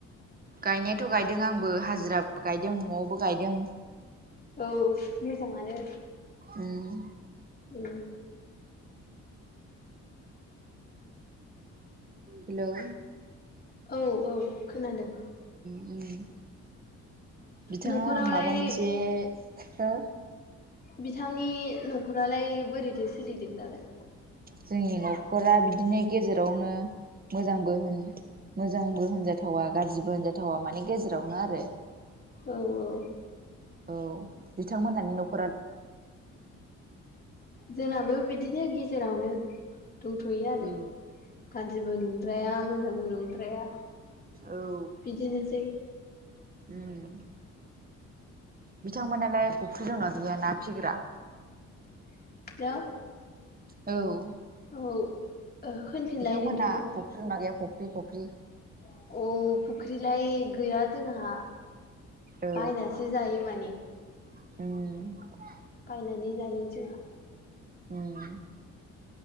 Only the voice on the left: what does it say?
औ मोजाङानो
उम
औ औ खोनादों
न'खरावलाय
बिथांनि न'खरालाय बोरैथो सोलिदों दालाय
औ औ
जोंनाबो बिदिनो गेजेरावनो दंथ'यो आरो
गाज्रिबो नंद्राया मोजांबो नंद्राया
बिदिनोसै
<unintelligible>
औ ओ होनफिनलाय
नोंथां
अ फुख्रिलाय गैया जोंहा
बायनासो जायो माने
बायनानै जायो जोंहा